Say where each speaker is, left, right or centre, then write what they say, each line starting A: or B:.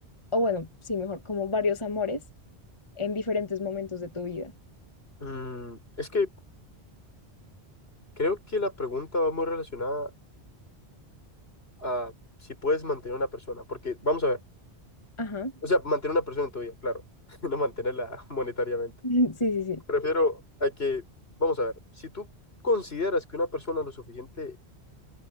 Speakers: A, on the left; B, on the left.
A: o bueno, sí, mejor, como varios amores en diferentes momentos de tu vida.
B: Mm, es que creo que la pregunta va muy relacionada a si puedes mantener a una persona, porque vamos a ver,
A: Ajá.
B: o sea, mantener a una persona en tu vida, claro, <laughs> no mantenerla monetariamente.
A: <laughs> Sí, sí, sí.
B: Prefiero a que, vamos a ver, si tú consideras que una persona es lo suficientemente